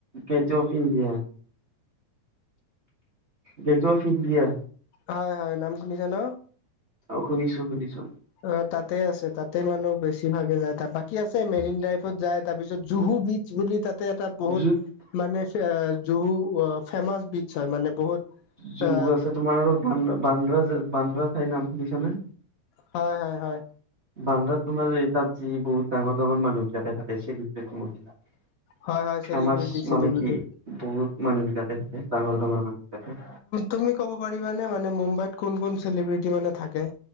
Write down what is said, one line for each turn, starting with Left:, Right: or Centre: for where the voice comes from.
Right: Case of India gate of India
Left: হয় হয় নাম শুনিছা ন
Right: অ শুনিছো শুনিছো
Left: অ তাতে আছে তাতে মানুহ বেছি ভাগে যায় ত বাকী আছে মেৰিন ড্ৰাইভত যায় তাৰপিছত জুহু বিচ বুলি তাতে এটা বহুত
Right: যত
Left: মানে জহু ফেমাচ বিচ হয় মানে বহুত
Right: জুু
Left: অ
Right: আছে তোমাৰ আৰু বান্ৰা বান্দ্ৰা ঠাইৰ নাম শুনিছা নে।
Left: হয়, হয়, হয়।
Right: বালেদা, তোমাৰ এই তাত যি বহুত ডাঙৰ ডাঙৰ মানুহ বিলাকে থাকে, মহিলা।
Left: হয় হয়
Right: ফেমাচ
Left: চেলিব্ৰিটি চেলিব্ৰিটি
Right: মানে কি, বহুত মানুহে যাক চিনি পায়, ডাঙৰ ডাঙৰ মানুহ বুলি কয়।
Left: তুমি ক'ব পাৰিবা নে, মুম্বাইত কোন কোন চেলিব্ৰিটি মানে থাকে?